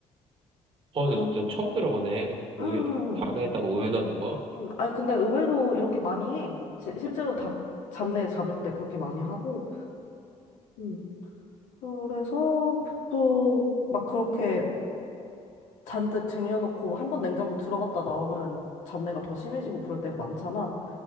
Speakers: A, on the right; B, on the left.
A: 어,
B: 그,
A: 나 진짜 처음 들어보네. 우유,
B: 음,
A: 닭에다가 우유 넣는 거?
B: 음, 아니, 근데 의외로 이렇게 많이 해. 지- 실제로 닭 잡내 잡을 때 그렇게 많이 하고. 음. 그래서 보통 막 그렇게 잔뜩 쟁여놓고 한 번 냉장고 들어갔다 나오면 잡내가 더 심해지고 그럴 때가 많잖아.